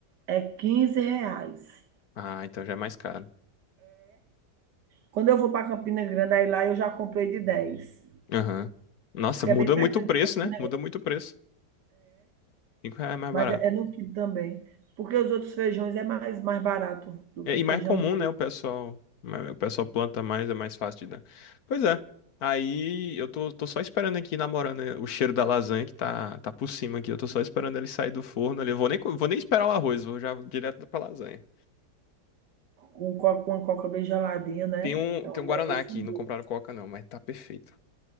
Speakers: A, on the right; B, on the left.
A: é 15 reais.
B: Ah, então já é mais caro.
A: Quando eu vou para Campina Grande, aí lá eu já comprei de 10,
B: Aham. Nossa,
A: porque
B: muda
A: é bem pertinho
B: muito o preço,
A: de Campina
B: né? Muda muito o preço. 5 reais é mais
A: mas
B: barato.
A: é é no quilo também. Porque os outros feijões é mais mais barato do
B: É,
A: que
B: e
A: feijão
B: mais comum,
A: verde.
B: né? O pessoal, o pessoal planta mais, é mais fácil de dar. Pois é. Aí eu tô, tô só esperando aqui, namorando né, o cheiro da lasanha que tá, tá por cima aqui. Eu tô só esperando ele sair do forno ali. Eu vou nem, co- vou nem esperar o arroz, vou já direto pra lasanha.
A: Com coca, com a coca bem geladinha, né?
B: Tem um,
A: É uma
B: tem um Guaraná
A: delícia
B: aqui,
A: mesmo.
B: não compraram Coca não, mas tá perfeito.